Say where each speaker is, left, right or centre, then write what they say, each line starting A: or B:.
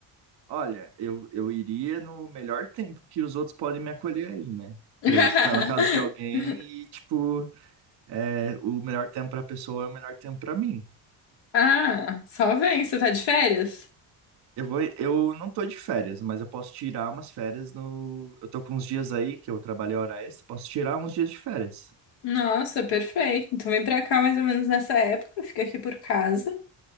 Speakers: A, on the right; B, on the left.
A: Olha, eu, eu iria no melhor tempo que os outros podem me acolher aí, né? Pra
B: <laughs>
A: eu ficar na casa de alguém e, tipo, é, o melhor tempo pra pessoa é o melhor tempo pra mim.
B: Ah, só vem, você tá de férias?
A: Eu vou, eu não tô de férias, mas eu posso tirar umas férias no. Eu tô com uns dias aí que eu trabalhei hora extra, posso tirar uns dias de férias.
B: Nossa, perfeito. Então vem pra cá mais ou menos nessa época, fica aqui por casa.